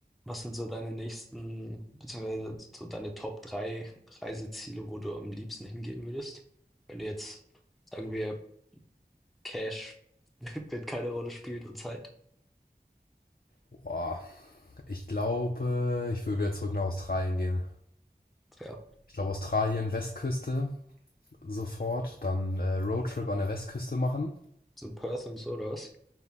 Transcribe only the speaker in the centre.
Was sind so deine nächsten, beziehungsweise so deine Top 3 Reiseziele, wo du am liebsten hingehen würdest? Wenn du jetzt, sagen wir, Cash <laughs> wird keine Rolle spielt und Zeit.
Ja,
so ein Perth und so, oder was?